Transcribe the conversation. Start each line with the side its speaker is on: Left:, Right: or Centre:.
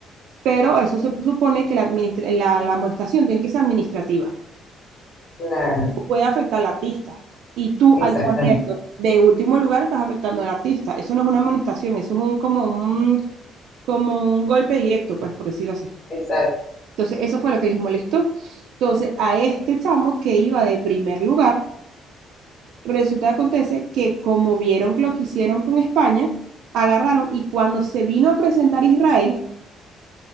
Right: Pero eso se supone que la, administra- la, la amonestación tiene que ser administrativa.
Left: Claro,
Right: Puede afectar al artista. Y tú,
Left: exactamente.
Right: al ponerlo de último lugar, estás afectando al artista. Eso no es una amonestación, eso es un, como un como un golpe directo, pues por decirlo así.
Left: Exacto.
Right: Entonces, eso fue lo que les molestó. Entonces, a este chamo que iba de primer lugar, resulta que acontece que como vieron lo que hicieron con España, agarraron y cuando se vino a presentar Israel,